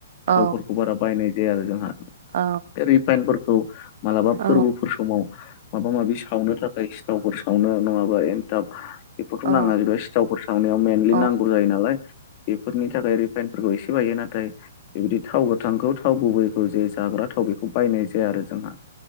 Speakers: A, on the right; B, on the left.
A: औ
B: थावफोरखौ बारा बायनाय जाया आरो जोंहा।
A: औ
B: बे रिफाइनफोरखौ मालाबा
A: औ
B: फोर्बोफोर समाव माबा माबि सावनो थाख खाय सिथावफोर सावनो नङाबा एन्थाब बेफोरथ'
A: औ
B: नाङा जेनबा सिथावफोर सावनायाव मेनलि
A: औ
B: नांगौ जायो नालाय बेफोरनि थाखाय रिफाइनफोरखौ एसे बायो नाथाय बेबायदि थाव गोथांखौ थाव गुबैखौ जे जाग्रा थाव बेखौ बायनाय जाया आरो जोंहा।